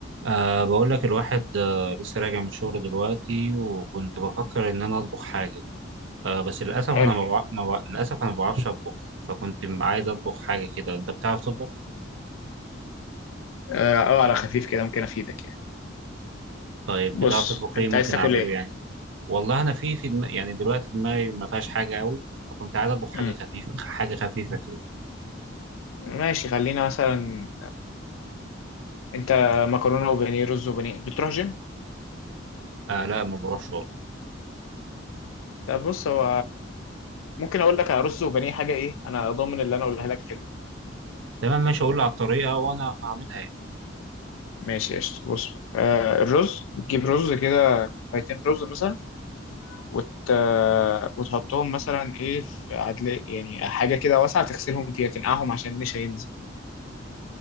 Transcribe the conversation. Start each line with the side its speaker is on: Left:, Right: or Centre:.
Right: أه بقول لك الواحد أه لسه راجع من شغل دلوقتي وكنت بفكر إن أنا أطبخ حاجة أه بس للأسف
Left: حلو
Right: أنا ما بع... ما بع... للأسف أنا ما بعرفش أطبخ فكنت م- عايز أطبخ حاجة كده أنت بتعرف تطبخ؟
Left: اه أو على خفيف كده ممكن افيدك يعني
Right: طيب
Left: بص
Right: بتعرف تطبخ إيه
Left: انت
Right: ممكن
Left: عايز تاكل
Right: أعمله
Left: ايه
Right: يعني؟ والله أنا في في دم... يعني دلوقتي دماغي ما فيهاش حاجة أوي فكنت عايز أطبخ حاجة
Left: امم
Right: خفيفة حاجة خفيفة كده
Left: ماشي خلينا مثلا انت مكرونه وبانيه رز وبانيه بتروح جيم
Right: أه لا ما بعرفش والله
Left: لا بص هو ممكن اقول لك على رز وبانيه حاجه ايه انا ضامن اللي انا اقولها لك حلو
Right: تمام ماشي أقول لي على الطريقة وأنا هعملها يعني
Left: ماشي قشطه بص آه الرز بتجيب رز كده كوبايتين رز مثلا وت... آه، وتحطهم مثلا ايه في عدل يعني حاجه كده واسعه تغسلهم فيها تنقعهم عشان النشا ينزل